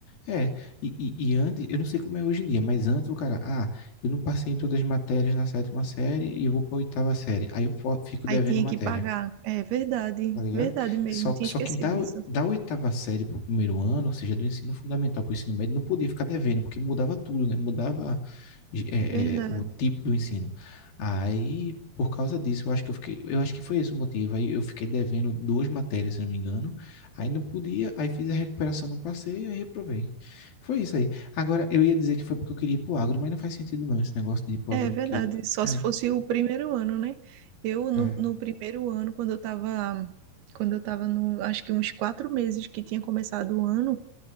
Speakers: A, on the left (about 70°); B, on the right (about 80°).
A: É, e, e, e antes, eu não sei como é hoje em dia, mas antes o cara, ah, eu não passei em todas as matérias na sétima série e eu vou pra oitava série. Aí eu fo- fico
B: Aí
A: devendo
B: tinha
A: matéria.
B: que pagar. É verdade,
A: Tá ligado?
B: verdade mesmo.
A: Só,
B: Tinha
A: só
B: esquecido
A: que da,
B: disso.
A: o- da oitava série pro primeiro ano, ou seja, do ensino fundamental para o ensino médio, não podia ficar devendo, porque mudava tudo, né? Mudava é,
B: Verdade.
A: é, o tipo do ensino. Aí, por causa disso, eu acho que eu fiquei, eu acho que foi esse o motivo. Aí eu fiquei devendo duas matérias, se não me engano. Aí não podia, aí fiz a recuperação, não passei, aí reprovei. Foi isso aí. Agora, eu ia dizer que foi porque eu queria ir pro agro, mas não faz sentido não, esse negócio de ir pro
B: É
A: agro
B: verdade,
A: que eu...
B: só
A: É,
B: se fosse o primeiro ano, né? Eu, no,
A: é.
B: no primeiro ano, quando eu tava, quando eu tava no, acho que uns quatro meses que tinha começado o ano,